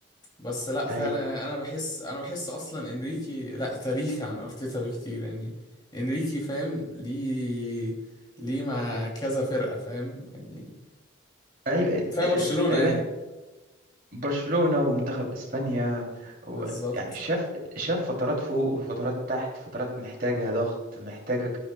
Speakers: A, on the left; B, on the right.
A: بس لا
B: ده
A: فعلا
B: هي...
A: يعني انا بحس انا بحس اصلا انريكي لا تاريخ عن ارتيتا بكتير يعني انريكي فاهم ليه ليه مع كذا فرقه فاهم يعني
B: أيوة
A: كفايه
B: آه،
A: برشلونه
B: تقريبا
A: يعني
B: برشلونة ومنتخب اسبانيا
A: بالظبط
B: و- يعني شاف شاف فترات فوق وفترات تحت فترات محتاجة ضغط محتاجة